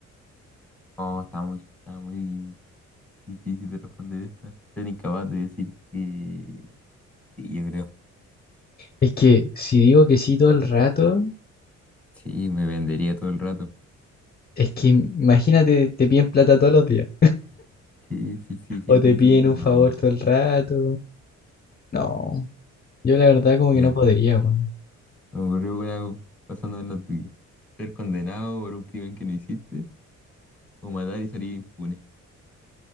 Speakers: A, in the centre; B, on the left (about 30°).
A: Oh, está muy, está muy difícil de responder esta. Ser incapaz de decir que sí, yo creo.
B: Es que si digo que sí todo el rato,
A: Sí, me vendería todo el rato.
B: Es que imagínate, te piden plata todos los días.
A: Sí, sí, sí, sí,
B: O te
A: sí, sí.
B: piden un
A: No,
B: favor todo el rato. No, yo la verdad como
A: ya.
B: que no podría, weón.
A: Me ocurrió una pasando en la tuya. Ser condenado por un crimen que no hiciste o matar y salir impune.